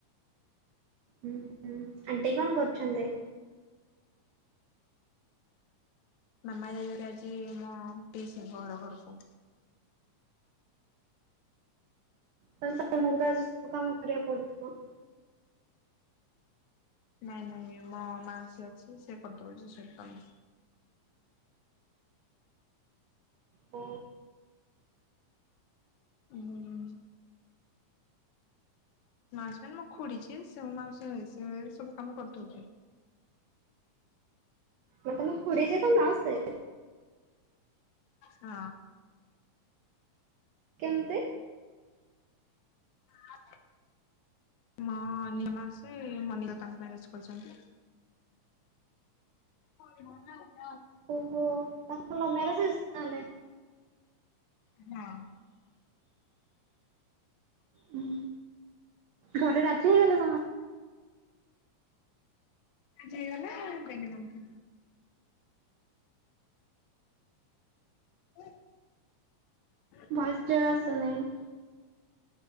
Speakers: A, on the right (about 70°); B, on the left (about 75°).
A: ହୁଁ ହୁଁ, ଆଣ୍ଟି କଣ କରୁଛନ୍ତି?
B: ମାମା ଯାଇଛନ୍ତି ଆଜି ମୋ ପିଇସିଙ୍କ ଘର ଘରକୁ।
A: ତାହଲେ ତମକୁ ଆଜି ସବୁ କାମ କରିବାକୁ ପଡୁଥିବ।
B: ନାଇଁ ନାଇଁ ମୋ ମାଉସୀ ଅଛି ସେ କରିଦଉଛି ସବୁ କାମ।
A: ଓ
B: ହୁଁ ମାଉସୀ ମାନେ ମୋ ଖୁଡି ଯିଏ ସିଏ ମୋ ମାଉସୀ ହେବେ ସେ ସବୁ କାମ କରିଦଉଛନ୍ତି।
A: ମାନେ ତମ ଖୁଡି ଯିଏ ତମ ମାଉସୀ ସିଏ।
B: ହଁ।
A: କେମିତି?
B: ହଁ, ମୋ ନିଜ ମାଉସୀ ମୋ ନିଜ ଦାଦାଙ୍କୁ ମ୍ୟାରେଜ କରିଛନ୍ତି। <inaudible>
A: ଓହୋ, ତାଙ୍କର ଲଭ୍ ମ୍ୟାରେଜ୍ ହେଇଛି ତାହା ହେଲେ।
B: ହଁ।
A: ହୁଁ, ଘରେ ରାଜି ହେଇଗଲେ ସମସ୍ତେ।
B: ରାଜି ହେଇଗଲେ। ହେ <unintelligible>
A: ଭଲସେ ଆସୁ ନାଇଁ।